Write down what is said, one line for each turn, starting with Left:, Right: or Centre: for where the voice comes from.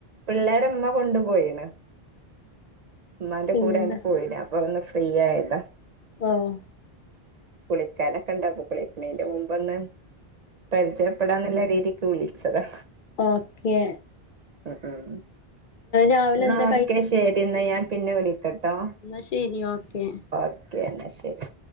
Right: പിള്ളേരെ ഉമ്മ കൊണ്ടു പോയിണ് ഉമ്മാന്റെ
Left: പിന്നെന്താ
Right: കൂടെ ആങ്ങട്ട് പോയിന് ഇപ്പൊ ഒന്ന് ഫ്രീ ആയതാ
Left: ആഹ്
Right: കുളിക്കാനൊക്കെ ഇണ്ടാക്കണ്ടെ ഇയിന്റെ മുമ്പീന്ന് പരിചയപ്പെടാൻന്നുളള രീതിക്ക് വിളിച്ചതാ
Left: ഓക്കേ
Right: ആഹ് ആഹ്
Left: രാവിലെ
Right: എന്നാ
Left: എന്താ
Right: ഓക്കെ ശെരി എന്നാ ഞാൻ പിന്നെ വിളിക്കാട്ടോ
Left: എന്നാ ശെരി ഓക്കെ
Right: ഓക്കെ എന്നാ ശെരി